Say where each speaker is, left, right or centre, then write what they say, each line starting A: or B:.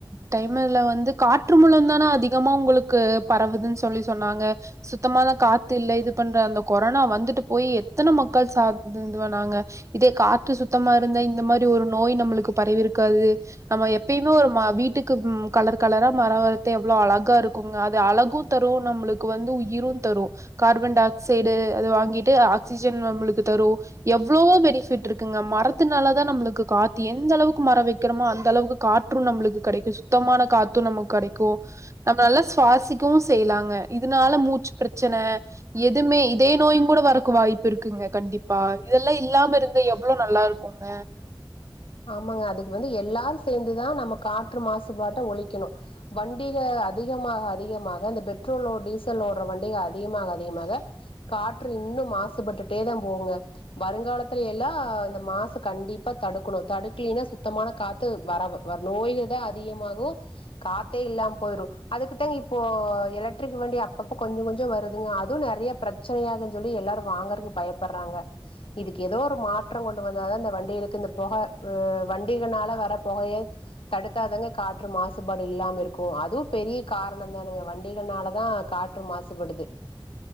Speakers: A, on the right; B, on the left.
A: டைம்ல வந்து காற்று மூல தான அதிகமா உங்களுக்கு பரவுதுன்னு சொல்லி சொன்னாங்க சுத்தமான காத்து இல்ல இது பண்ற அந்த கொரனா வந்துட்டு போய் எத்தன மக்கள் சாத்து இதுவானாங்க இதே காற்று சுத்தமா இருந்தா இந்த மாதிரி ஒரு நோய் நம்மளுக்கு பரவிருக்காது நம்ம எப்பயுமே ஒரு வீட்டுக்கு கலர் கலரா மரோ வளத்தி எவ்வளோ அழகா இருக்குங்க அது அழகு தரும் நம்மளுக்கு வந்து உயிரு தரு கார்பன் டை ஆக்சைடு அது வாங்கிட்டு ஆக்சிஜன் நம்புளுக்கு தரு எவ்வளவோ பெனிஃபிட் இருக்குங்க மரத்துனால தா நம்மளுக்கு கா த்து எந்தளவுக்கு மரோ வெக்குறமோ அந்தளவுக்கு காற்று நம்ப்ளுக்கு கெடைக்கு சுத்தமான காத்து நமக் கடைக்கு நம்ம நல்லா சுவாசிக்கவு செய்லாங்க இதனால மூச்சு ப்ரெச்சன எதுமே இதய நோயுங்கூட வறக்கு வாய்ப்பு இருக்குங்க கண்டிப்பா இதெல்லா இல்லாம ருந்தா எவ்ளோ நல்லாரு க்குங்க
B: ஆமாங்க அதுக்கு வந்து எல்லாரு சேந்துதா நம்ம காற்று மாசுபாட்ட ஒழிக்கணு வண்டிக அதிகமாக அதிகமாக இந்த பெட்ரோலோ டீசலோட்ற வண்டிக அதிகமாக அதிகமாக காற்று இன்னு மாசுபட்டுட்டேதா போகுங்க வருங்காலத்துல் எல்லா இந்த மாசு கண்டிப்பா தடுக்கணு தடுக்கலீனா சுத்தமான காத்து வரவ நோய்கதா அதிகமாகு காத்தே இல்லாம் போயிரு அதுக்குதாங்க இப்போ எலக்ட்ரிக் வண்டி அப்பப்போ கொஞ்சோ கொஞ்சோ வருதுங்க அதுவு நெறைய ப்ரெச்சனய ஆகுங் சொல்லி எல்லாரு வாங்கறக்கு பயப்பற்றாங்க இதுக்கு எதோ ஒரு மாற்றோ கொண்டு வந்தாதா இந்த வண்டிகளுக்கு இந்த பொக அ வண்டிகனால வர பொகய தடுத்தாதாங்க காற்று மாசுபாடு இல்லாம இருக்கு அதுவு பெரிய காரணந்தானங்க வண்டிகனாலதா கா ற்று மாசுபடுது